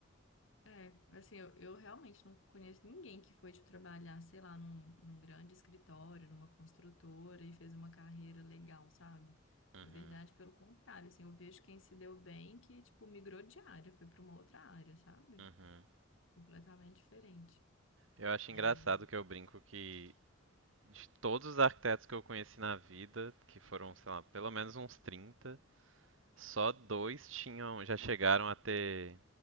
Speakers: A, on the left; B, on the right.
A: É, assim, eu, eu realmente não conheço ninguém que foi de trabalhar, sei lá, num, num grande escritório, numa construtora e fez uma carreira legal, sabe?
B: Uhum,
A: Na verdade, pelo contrário, assim, eu vejo quem se deu bem que, tipo, migrou de área, foi para uma outra área, sabe?
B: uhum.
A: Completamente diferente.
B: Eu acho engraçado
A: É,
B: que eu brinco que de todos os arquitetos que eu conheci na vida, que foram, sei lá, pelo menos uns trinta só dois tinham, já chegaram a ter